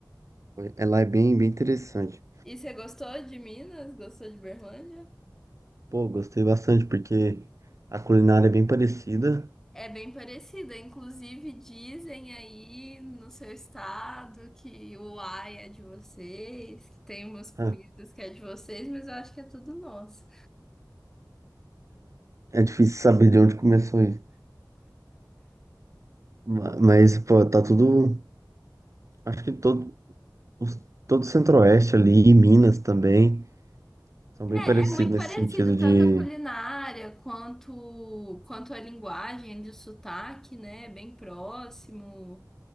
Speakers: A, on the right (about 45°); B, in the centre.
A: Ela é bem, bem interessante.
B: E você gostou de Minas? Gostou de Uberlândia?
A: Pô, gostei bastante porque a culinária é bem parecida.
B: É bem parecida, inclusive dizem aí no seu estado que o ai é de vocês, que tem umas comidas
A: Ah,
B: que é de vocês, mas eu acho que é tudo nosso.
A: é, é difícil saber de onde começou isso. Ma- Mas, pô, tá tudo. Acho que todo, os- todo o Centro-Oeste ali, e Minas também, são bem
B: É
A: parecidos
B: muito
A: nesse
B: parecido,
A: sentido de.
B: tanto a culinária quanto, quanto a linguagem de sotaque, né? É Bem próximo,